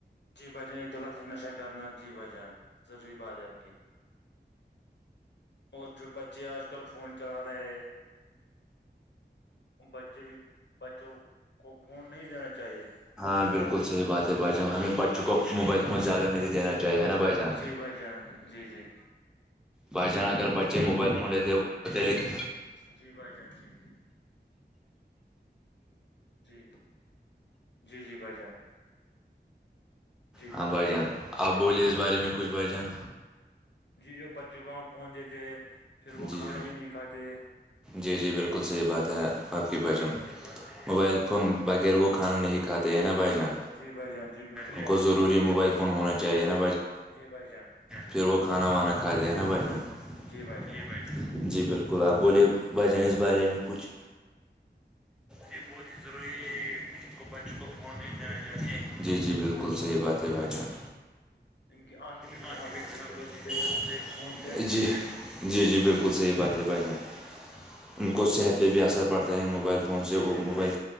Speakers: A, on the left; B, in the centre.
A: جی بھائی جان ایک غلت ہے نشہ کرنا جی بھائی جان ضروری بات ہے آپ کی اور جو بچے آج کل فون چلا رہے بچے بھی بچوں کو فون نہیں دینا چاہیے
B: ہاں بالکل صحیح بات ہے بھائی جان ہمیں بچوں کو موبائل فون زیادہ نہیں دینا ہے نا بھائی جان
A: جی بھائی جان جی جی
B: بھائی
A: جی
B: جان اگر بچے موبائل فون لیتے لکھ
A: جی بھائی جان جی جی جی جی جی بھائی جان جی
B: ہاں بھائی جان آب بولی ا اس بارے میں کچھ بھائی جان
A: جی جو بچوں کو ہم پون دیتے پھر وہ
B: جی
A: کھانا
B: جی
A: بھی نہیں کھاتے
B: جی جی بالکل صحیح بات ہے
A: جی
B: آپ کی
A: بالکل
B: بجن
A: بات صحیح ہے
B: موبائل فون بغیر وہ کھانا نہیں کات ہیں ہےیننا بائی جان
A: جی بھائی جان جی بالکل
B: ان
A: بات
B: کو ضروری
A: سے آپ کی
B: موبائل فون ہونا چاہیے نہا
A: جی بھائی جان
B: پھر وہ کھانا وانا کھاتے ہیں نا بچن
A: جی بھائی جان
B: جی بالکل آپ بولے ب جان اس بارے میں کچھ جی بہت ہی ضروری ہے کو بچوں کو فون نہیں دینا چاہیے جی جی بالکل <inaudible> بالکل صحیح بات ہے بھائی جان
A: ان کی آنکھیں
B: آ
A: خراب ہوتی
B: بھی خاب
A: ہے پھر اس سے فون سے
B: <inaudible> جی جی جی بالکل صحیح بات ہے بھائی جان ان
A: جی
B: کو صحت پہ بھی اثر پڑتا ہے ان موبائل فون سے
A: جی
B: وہ
A: جی بھائی
B: موبائل